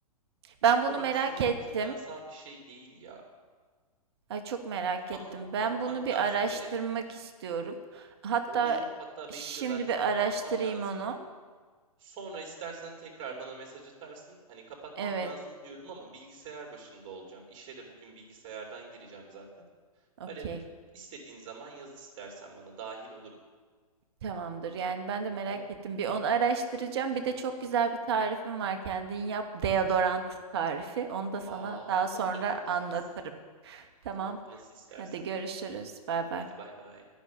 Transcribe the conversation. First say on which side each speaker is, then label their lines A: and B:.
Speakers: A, on the right (about 40°); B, on the right (about 25°).
A: Ben bunu
B: Boraks
A: merak
B: sanırım
A: ettim.
B: kimyasal bir şey değil ya.
A: Ay çok merak
B: Ama
A: ettim. Ben
B: bakmak
A: bunu bir
B: lazım
A: araştırmak
B: bir evet.
A: istiyorum. Hatta
B: Olur. Hatta
A: şimdi
B: benim de zaten
A: bir
B: kapatmam
A: araştırayım
B: lazımdı.
A: onu.
B: Sonra istersen tekrar bana mesaj atarsın. Hani kapatmam
A: Evet,
B: lazım diyorum ama bilgisayar başında olacağım. İşe de bugün bilgisayardan gireceğim zaten.
A: okey.
B: Öyle istediğin zaman yaz istersen bana dahil olurum.
A: Tamamdır. Yani ben de merak
B: Tamam.
A: ettim. Bir onu araştıracağım. Bir de çok güzel bir tarifim var. Kendin yap deodorant tarifi. Onu da sana
B: Aa,
A: daha sonra
B: onu da konuşuruz.
A: anlatırım. Tamam.
B: Tamam, nasıl istersen.
A: Hadi görüşürüz. Bay bay.
B: Hadi bay bay.